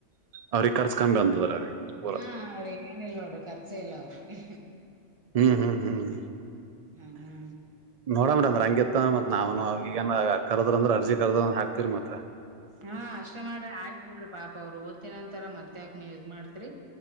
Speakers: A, on the right; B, on the right.
A: ಅವ್ರಿಗೆ ಕರ್ಸ್ಕಮ್ಮಿ ಅಂತದ ಅವ್ರಿಗೆ ಪೂರ
B: ಹಾ ಅವ್ರಿ ಏನ ಇಲ್ ನೋಡ್ರರು ಖರ್ಚೆ ಇಲ್ಲ ಅವ್ರಿಗೆ
A: ಹ್ಮ್ ಹ್ಮ್ ಹ್ಮ್ ಹ್ಮ
B: ಹ್ಮ್ ಹ್ಮ್
A: ನೋಡ ಮೇಡಮ ಅಂದ್ರ ಹಂಗಗೆತ್ತ ಮತ್ ನಾವ ಈಗ ಕರ್ದ್ರ ಅ್ರ ಅರ್ಜಿ ಕರ್ದ ಹಾಕ್ತಿರ್ ಮತ್
B: ಹಾ ಅಷ್ಟೇ ಮಾಡ್ರಿ ಆಯಕ್ ಬಿಡ್ರಿ ಪಾಪ ಅವ್ರು ಓದ್ತಿನ ಅಂತರ ಮತ್ತ್ಯಾಕಕ್ ನೀವ್ ಇ್ ಮಾಡ್ತರಿ